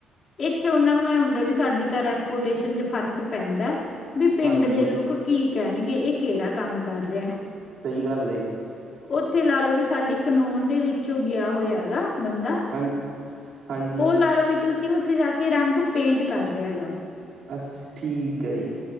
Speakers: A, on the left; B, on the right.
A: ਇੱਥੇ ਉਨਾਂ ਨੂੰ ਐ ਹੁੰਦਾ ਵੀ ਸਾਡੀ ਤਾਂ ਰੈਪੂਟੇਸ਼ਨ ਚ ਫ਼ਰਕ ਪੈਂਦੈ, ਵੀ ਪਿੰਡ
B: ਹਾਂਜੀ
A: ਦੇ ਲੋਕ ਕੀ ਕੈਣਗੇ ਏ ਕੇੜਾ ਕੰਮ ਕਰ ਰਿਹਾ ਹੈ।
B: ਸਈ ਗੱਲ ਏ ਜੀ।
A: ਉੱਥੇ ਲਾ ਲੋ ਵੀ ਸਾਡੇ ਏਕ ਨੋਨ ਦੇ ਵਿੱਚੋਂ ਗਿਆ ਹੋਇਆ ਹੈਗਾ ਬੰਦਾ
B: ਹਾਂ ਹਾਂਜੀ
A: ਉ ਲਾ ਲੋ ਵੀ ਤੁਸੀਂ ਉੱਥੇ ਜਾ ਕੇ ਰੰਗ ਪੇਂਟ ਕਰ ਰਿਆ ਹੈਗਾ।
B: ਬਸ ਠੀਕ ਏ ਜੀ।